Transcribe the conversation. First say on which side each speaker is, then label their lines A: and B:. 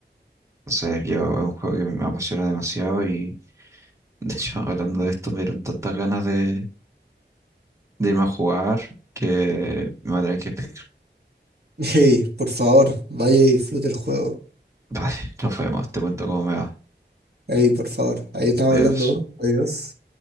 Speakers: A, on the right; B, on the right.
A: no sé, yo es un juego que me apasiona demasiado y de hecho <laughs> hablando de esto me dieron tantas ganas de, de irme a jugar que me va a tener que pedir.
B: Hey, por favor, vaya y disfrute el juego.
A: <laughs> Vale, nos vemos, te cuento cómo me va.
B: Hey, por favor, ahí estamos
A: Adiós.
B: hablando. Adiós.